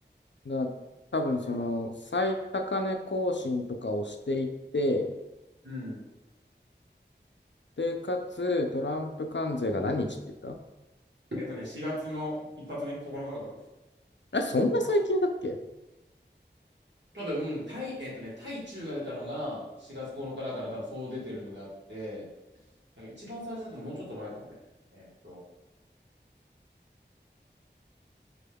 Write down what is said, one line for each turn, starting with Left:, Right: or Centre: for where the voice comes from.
Left: だ、多分その最高値更新とかをしていって、
Right: でも、あうん。
Left: で、かつ、トランプ関税が何日って言っ
Right: えっとね、4月の一発目、9日とかな。
Left: たあ、そんな最近だっけ
Right: 多分、対、えっとね、対中が出たのが4月9日だから多分そう出てるのであって、だから一番最初だともうちょっと前かもね。えっと、